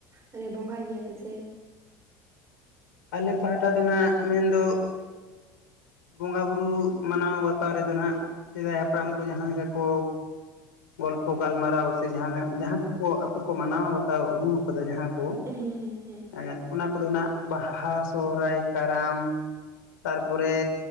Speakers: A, on the right; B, on the left.
A: ᱢᱟᱱᱮ ᱵᱚᱸᱜᱟᱭ ᱜᱮᱭᱟ ᱯᱮᱥᱮ᱾
B: ᱟᱞᱮ ᱯᱟᱦᱴᱟ ᱫᱚ ᱱᱟᱜ ᱢᱮᱱᱫᱚᱼᱼ ᱵᱚᱸᱜᱟ ᱵᱩᱨᱩ ᱢᱟᱱᱟᱣ ᱵᱟᱛᱟᱣ ᱨᱮᱫᱚ ᱦᱟᱸᱜ, ᱥᱮᱫᱟᱭ ᱦᱟᱯᱲᱟᱢ ᱠᱚ ᱡᱟᱦᱟᱸ ᱞᱮᱠᱟ ᱠᱚᱼᱼ ᱜᱚᱞᱯᱚ ᱜᱟᱞᱢᱟᱨᱟᱣ ᱥᱮ ᱡᱟᱦᱟᱸ ᱡᱟᱦᱟᱸ ᱠᱚ, ᱟᱠᱚ ᱠᱚ ᱢᱟᱱᱟᱣ ᱵᱟᱛᱟᱣ ᱟᱹᱜᱩ ᱟᱠᱟᱫᱟ ᱡᱟᱦᱟᱸ ᱠᱚ᱾
A: ᱦᱮᱸ, ᱦᱮᱸ, ᱦᱮᱸ᱾
B: ᱮᱸᱜ, ᱚᱱᱟ ᱠᱚᱫᱚ ᱦᱟᱸᱜ ᱵᱟᱦᱟ, ᱥᱚᱨᱦᱟᱭ, ᱠᱟᱨᱟᱢ ᱛᱟᱨᱯᱚᱨᱮᱼᱼ